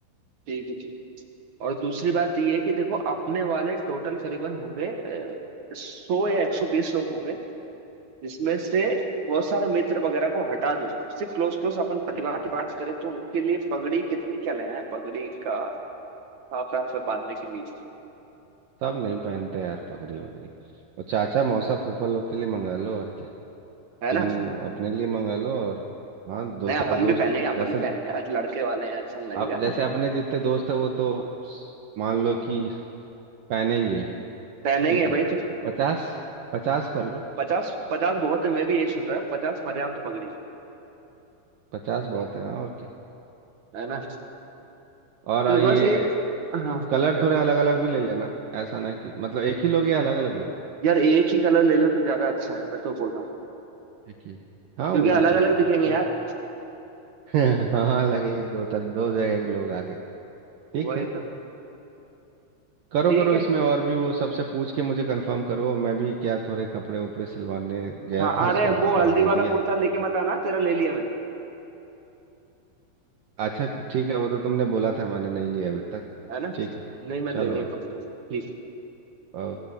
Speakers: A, on the right (about 55°); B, on the right (about 70°).
A: ठीक है ठीक है। और दूसरी बात ये है कि देखो अपने वाले टोटल करीबन होंगे सौ या एक सौ बीस लोग होंगे जिसमें से बहुत सारे मित्र वगैरह को हटा दो सिर्फ क्लोज क्लोज अपन परिवार की बात करें तो उनके लिए पगड़ी कितनी क्या ले आए पगड़ी का हाफ हाफ बांधने के लिए
B: सब नहीं पहनते यार पगड़ी वगड़ी और चाचा मौसा फूफा लोग के लिए मंगा लो और क्या
A: है
B: तुम
A: ना
B: अपने लिए मंगा लो और हाँ दो
A: नहीं
B: चार
A: अपन
B: दोस्त
A: भी पहनेंगे अपन
B: जैसे
A: भी पहनेंगे आज लड़के वाले हैं अच्छा नहीं लगेगा
B: आप जैसे अपने जितने दोस्त है वो तो मान लो कि पहनेंगे ही,
A: <laughs> पहनेंगे
B: ठीक है
A: भाई तो
B: पचास पचास कर लो
A: पचास पचास बहुत है मैं भी यही सोच रहा है पचास पर्याप्त पगड़ी
B: पचास बहुत है हाँ और क्या
A: है ना
B: और
A: तो
B: ये
A: बस ये हाँ क्या
B: कलर थोड़े अलग अलग भी ले लेना ऐसा ना कि मतलब एक ही लोगे या अलग अलग लोगे
A: यार एक ही कलर ले लो तो ज्यादा अच्छा है मैं तो बोल रहा हूँ
B: एक ही हाँ
A: क्योंकि
B: वो
A: अलग
B: भी ठीक
A: अलग
B: है
A: दिखेंगे
B: चलो
A: यार
B: <laughs> हाँ लगेंगे दो तर दो जगह के लोग आगे ठीक
A: वही
B: है
A: तो
B: करो
A: ठीक
B: करो
A: है
B: इसमें और भी वो सबसे पूछ के मुझे कंफर्म करो मैं भी क्या थोड़े कपड़े वपड़े सिलवाने गया
A: हाँ
B: था
A: अरे
B: उसका नाप
A: वो हल्दी
B: आप दे
A: वाला
B: दिया
A: कुर्ता
B: है।
A: लेके मत आना तेरा ले लिया मैंने
B: अच्छा ठीक है वो तो तुमने बोला था मैंने नहीं लिया अभी तक
A: है ना
B: ठीक है
A: नहीं मैंने
B: चलो
A: ले लिया
B: आप
A: कम से कम ठीक है
B: अ,